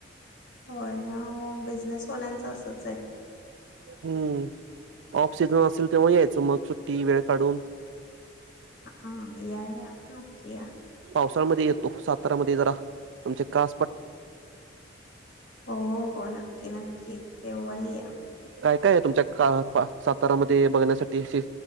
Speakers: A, on the left; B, on the right.
A: होय ना ओ बिझनेसवाल्यांचं असच आहे.
B: हूं ऑफ सिजन असेल तेव्हा यायचं मग सुट्टी वेळ काढून
A: हा या या नक्की या
B: पावसाळमध्ये येतो सातारमध्ये जरा तुमचे का
A: हो हो नक्की नक्की केव्हा ही या
B: काय काय तुमच्या का पा सातारामध्ये बघण्यासाठी अशी